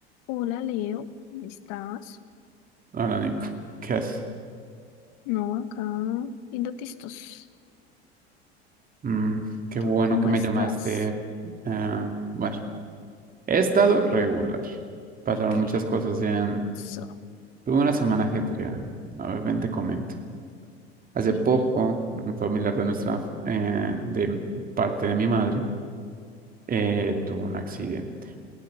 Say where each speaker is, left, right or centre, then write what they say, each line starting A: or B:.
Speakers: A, on the left; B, on the right.
A: Hola Leo, ¿cómo estás?
B: Hola Nico, ¿qué haces?
A: No, acá viendo tistos.
B: Mm, qué
A: ¿Tú
B: bueno
A: cómo
B: que me
A: estás?
B: llamaste. Ah, bueno, he estado regular. Pasaron
A: ¿Por qué?
B: muchas cosas en...
A: So,
B: Tuve una semana ajetreada. A ver, ven, te comento. Hace
A: dime,
B: poco, un familiar de nuestra, eh, de parte de mi madre, eh, tuvo un accidente.